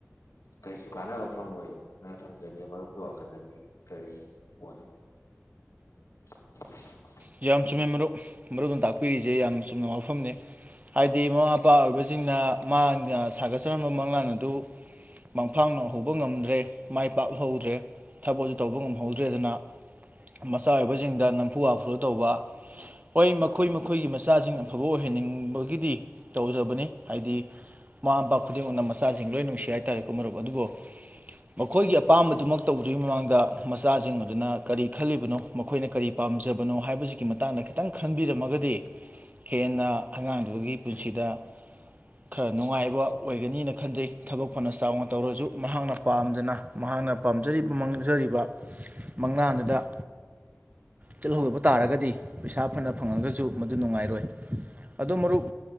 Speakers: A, on the left (about 85°); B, on the right (about 30°).
A: ꯀꯔꯤꯁꯨ ꯀꯥꯟꯅꯕ ꯐꯪꯉꯣꯏꯅ ꯊꯝꯖꯒꯦ ꯃꯔꯨꯞꯀꯤ ꯋꯥꯈꯜꯗꯗꯤ ꯀꯔꯤ ꯃꯣꯠꯂꯦ <inaudible>
B: ꯌꯥꯝ ꯆꯨꯝꯃꯦ ꯃꯔꯨꯞ ꯃꯔꯨꯞ ꯑꯗꯨ ꯇꯥꯛꯄꯤꯔꯤꯁꯦ ꯏꯦ ꯌꯥꯝꯅ ꯆꯨꯝꯅ ꯋꯥꯐꯝꯅꯤ ꯍꯥꯏꯗꯤ ꯃꯃꯥ ꯃꯄꯥ ꯑꯣꯏꯕꯁꯤꯡꯅ ꯃꯥꯅ ꯁꯥꯒꯠꯆꯔꯝꯕ ꯃꯪꯂꯥꯟ ꯑꯗꯨ ꯃꯪꯐꯥꯡꯅꯍꯧꯕ ꯉꯝꯗ꯭ꯔꯦ ꯃꯥꯏ ꯄꯥꯛꯍꯧꯗ꯭ꯔꯦ ꯊꯕꯛ ꯑꯗꯨ ꯇꯧꯕ ꯉꯝꯍꯧꯗ꯭ꯔꯦ ꯑꯗꯨꯅ ꯃꯆꯥ ꯑꯣꯏꯕꯁꯤꯡꯗ ꯅꯝꯐꯨ ꯐꯣꯂꯣ ꯇꯧꯕ ꯍꯣꯏ ꯃꯈꯣꯏ ꯃꯈꯣꯏꯒꯤ ꯃꯆꯥꯁꯤꯡ ꯑꯐꯕ ꯑꯣꯏꯍꯟꯅꯤꯡꯕꯒꯤꯗꯤ ꯇꯧꯖꯕꯅꯤ ꯍꯥꯏꯗꯤ ꯃꯃꯥ ꯃꯄꯥ ꯈꯨꯗꯤꯡꯃꯛꯅ ꯃꯆꯥꯁꯤꯡ ꯂꯣꯏ ꯅꯨꯡꯁꯤ ꯍꯥꯏꯇꯥꯥꯔꯦꯀꯣ ꯃꯔꯨꯞ ꯑꯗꯨꯕꯨ ꯃꯈꯣꯏꯒꯤ ꯑꯄꯥꯝꯕꯗꯨꯃꯛ ꯇꯧꯗꯨ꯭ꯒꯤ ꯃꯃꯥꯡꯗ ꯃꯆꯥꯁꯤꯡ ꯑꯗꯨꯅ ꯀꯔꯤ ꯈꯜꯂꯤꯕꯅꯣ ꯃꯈꯣꯏꯅ ꯀꯔꯤ ꯄꯥꯝꯖꯕ ꯅꯣ ꯍꯥꯏꯕꯁꯤꯒꯤ ꯃꯇꯥꯡꯗ ꯈꯤꯇꯪ ꯈꯟꯕꯤꯔꯝꯃꯒꯗꯤ ꯍꯦꯟꯅ ꯑꯉꯥꯡꯗꯨꯒꯤ ꯄꯨꯟꯁꯤꯗ ꯈꯔ ꯅꯨꯡꯉꯥꯏꯕ ꯑꯣꯏꯒꯅꯤꯅ ꯈꯟꯖꯩ ꯊꯕꯛ ꯐꯅ ꯆꯥꯎꯅ ꯇꯧꯔꯁꯨ ꯃꯍꯥꯛꯅ ꯄꯥꯝꯗꯅ ꯃꯍꯥꯛꯅ ꯄꯥꯝꯖꯔꯤꯕ ꯃꯥꯡꯖꯔꯤꯕ ꯃꯪꯂꯥꯟꯗꯨꯗ ꯆꯤꯍꯧꯗꯕ ꯇꯥꯔꯒꯗꯤ ꯄꯩꯁꯥ ꯐꯅ ꯐꯪꯉꯒꯁꯨ ꯃꯗꯨ ꯅꯨꯡꯉꯥꯏꯔꯣꯏ ꯑꯗꯣ ꯃꯔꯨꯞ